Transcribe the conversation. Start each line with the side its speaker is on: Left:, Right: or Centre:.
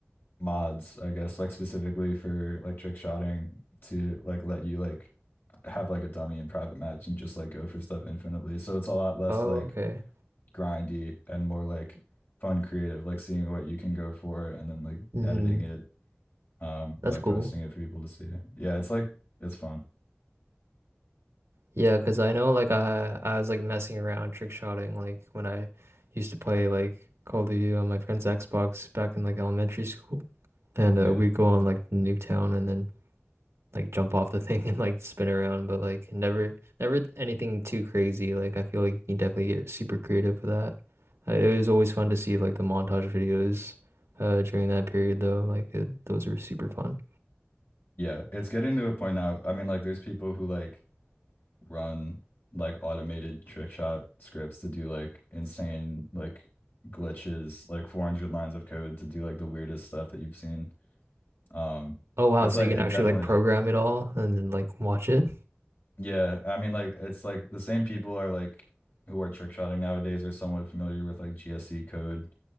Left: mods, I guess, like specifically for like trick shotting to like let you like have like a dummy in private match and just like go for stuff infinitely. So it's a lot less
Right: Oh,
Left: like
Right: okay.
Left: grindy and more like fun creative, like seeing what you can go for and then like
Right: Mm-hmm.
Left: editing it um
Right: That's
Left: or like
Right: cool.
Left: posting it for people to see. Yeah, it's like it's fun.
Right: Yeah, 'cause I know like I I was like messing around trick shotting like when I used to play like Call of Duty on my friend's Xbox back in like elementary school, and
Left: Yeah.
Right: uh, we'd go on like Nuketown and then. like jump off the thing and like spin around, but like never never anything too crazy. Like I feel like you can definitely get super creative with that. Uh, it was always fun to see like the montage videos uh during that period though. Like it, those are super fun.
Left: Yeah, it's getting to a point now. I mean, like, there's people who like run like automated trick shot scripts to do like insane like glitches, like 400 lines of code to do like the weirdest stuff that you've seen. Um,
Right: Oh wow,
Left: it's
Right: so
Left: like
Right: you can
Left: it
Right: actually
Left: definitely,
Right: like program it all and then like watch it.
Left: yeah. I mean, like, it's like the same people are like who are trick shotting nowadays are somewhat familiar with like GSC code